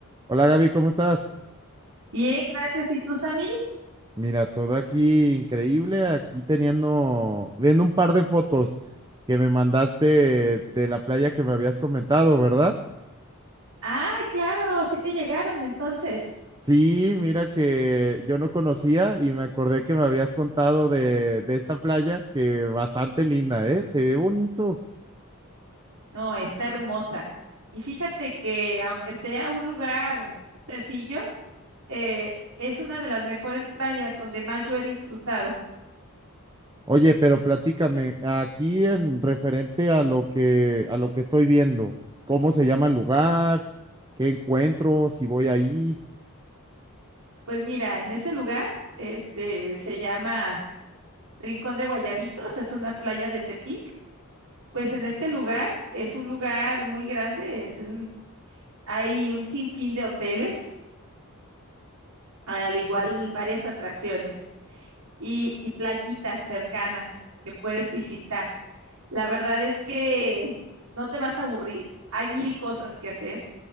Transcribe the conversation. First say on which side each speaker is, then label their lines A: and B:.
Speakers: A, on the right; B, on the right.
A: Hola Gaby, ¿cómo estás?
B: Bien, gracias. ¿Y tú, Samir?
A: Mira, todo aquí increíble, aquí teniendo, viendo un par de fotos que me mandaste de la playa que me habías comentado, ¿verdad?
B: Ay, claro, sí te llegaron entonces.
A: Sí, mira que yo no conocía y me acordé que me habías contado de, de esta playa que bastante linda, ¿eh? Se ve bonito.
B: No, está hermosa. Y fíjate que aunque sea un lugar sencillo, eh, es una de las mejores playas donde más yo he disfrutado.
A: Oye, pero platícame, aquí en referente a lo que, a lo que estoy viendo, ¿cómo se llama el lugar? ¿Qué encuentro? Si voy ahí.
B: Pues mira, en ese lugar, este, se llama Rincón de Guayabitos, es una playa de Tepic. Pues en este lugar es un lugar muy grande, es un- hay un sinfín de hoteles, al igual varias atracciones. y, y playitas cercanas que puedes visitar. La verdad es que no te vas a aburrir, hay mil cosas que hacer